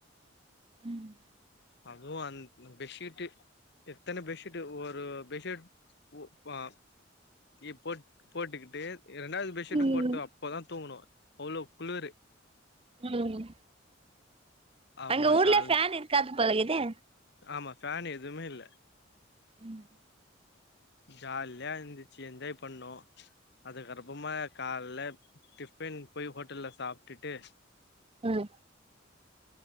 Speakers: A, on the right; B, on the left.
A: ம்
B: அதுவு அந்த பெஸீட்டு எத்தன பெட்ஷீட் ஒரு பெட்ஷீட் போ ஏ போட் போட்டுக்கிட்டு ரெண்டாவது பெட்ஷீட்டும்
A: ம்
B: போட்டோ அப்பதா தூங்கணோ அவ்ளோ குளுரு
A: ம்
B: ஆமா
A: அங்க ஊர்லே
B: கால்
A: ஃபான் இருக்காது போலக்குதே
B: ஆமா ஃபன் எதுவுமே இல்ல
A: ம்
B: ஜாலியா இருந்துச்சு என்ஜாய் பண்ணோ அதுக்கு அறமா காலைல டிஃபின் போய் ஹோட்டல்ல சாப்பிட்டுட்டு
A: ம்